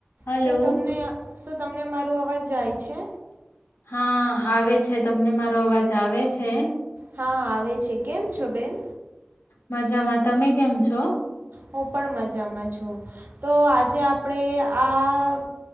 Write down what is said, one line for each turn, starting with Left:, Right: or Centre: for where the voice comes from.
Left: હલો
Right: શુ તમને શ તમને મારો અવાજ જાય છે?
Left: હા આવે છે તમને મારો અવાજ આવે છે?
Right: હા આવે છે કેમ છો બેન?
Left: મજામાં તમે કેમ છો?
Right: હું પણ મજામાં છું તો આજે આપણે આ